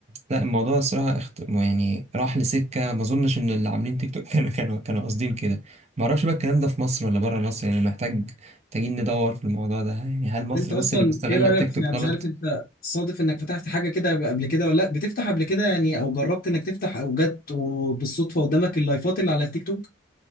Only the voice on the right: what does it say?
لا الموضوع الصراحة اخت... يعني راح لسكة ما اظنش ان اللي عاملين تيك توك <laughs> كانوا كانوا كانوا قاصدين كده ما اعرفش بقى الكلام ده في مصر ولا بره مصر يعني محتاج محتاجين ندور في الموضوع ده يعني هل مصر
بس اللي مستغلة
التيك
توك
غلط